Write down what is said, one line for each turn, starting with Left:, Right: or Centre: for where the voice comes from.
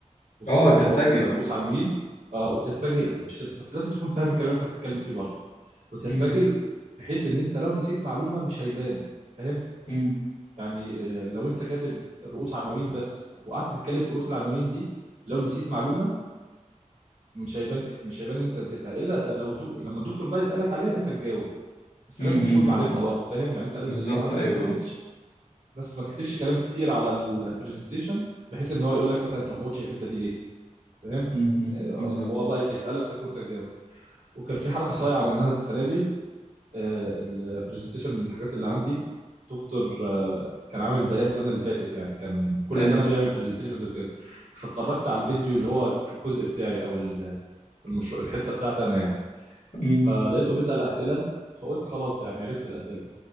Right: وتكتب
Left: اه ترتجل
Right: نقط آه، رؤوس عناوين آه، وترتجل مش ترت... بس لازم تكون فاهم الكلام اللي أنت بتتكلم فيه برضه وترتجل
Left: مم.
Right: بحيث إن أنت لو نسيت معلومة مش هيبان فاهم
Left: مم.
Right: يعني آه، لو أنت كاتب رؤوس عناوين بس وقعدت تتكلم في رؤوس العناوين دي لو نسيت معلومة مش هيبان مش هيبان إن أنت نسيتها إلا لو دو... لما الدكتور بقى يسألك عليها أنت تجاوب بس
Left: مم.
Right: لازم تكون
Left: مم.
Right: معرفها
Left: مم.
Right: برضه فاهم يعني أنت لازم
Left: بالظبط
Right: تكون عندك
Left: ايوه
Right: النولج بس ما تكتبش كلام كتير على البرزنتيشن بحيث ان هو يقول لك مثلا انت ما قلتش الحته دي ليه فاهم
Left: مم. مم.
Right: آه،
Left: بالظبط
Right: هو بقى يسالك وانت تجاوب وكان في حركه
Left: بالظبط
Right: صايعه عملناها السنه دي البرزنتيشن من الحاجات اللي عندي دكتور آه، كان عامل زيها السنه اللي فاتت يعني كان كل
Left: ايوه
Right: سنه بيعمل برزنتيشنز وكده فاتفرجت على الفيديو اللي هو في الجزء بتاعي او ال- المشروع الحته بتاعتي انا يعني
Left: مم.
Right: فلقيته بيسال اسئله فقلت خلاص يعني عرفت الاسئله